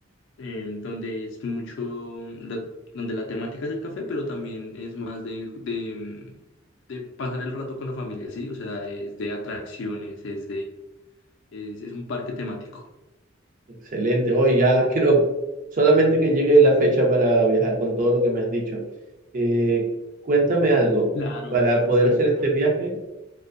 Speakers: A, on the left (about 65°); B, on the right (about 45°).
A: em, donde es mucho, la- donde la temática es el café, pero también es más de, de, mm, de pasar el rato con la familia, ¿sí? O sea, es de atracciones, es de, es, es un parque temático.
B: Excelente, hoy ya <laughs> quiero solamente que llegue la fecha para viajar con todo lo que me has dicho. Eh, cuéntame algo,
A: Claro,
B: para
A: no,
B: poder
A: súper.
B: hacer este viaje,